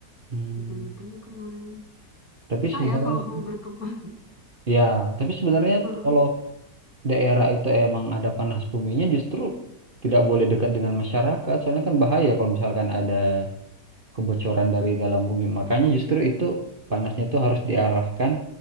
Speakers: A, on the right (about 35°); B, on the left (about 50°).
A: Hmm,
B: Gitu-gitu sih kemarin.
A: tapi
B: Susah
A: sebenarnya
B: ya kalau
A: sih,
B: mau berkembang. <laughs>
A: ya tapi sebenarnya
B: Heeh,
A: kalau daerah itu emang ada panas buminya justru tidak boleh dekat dengan masyarakat. Soalnya kan bahaya kalau misalkan ada kebocoran dari dalam bumi. Makanya justru itu panasnya tuh harus diarahkan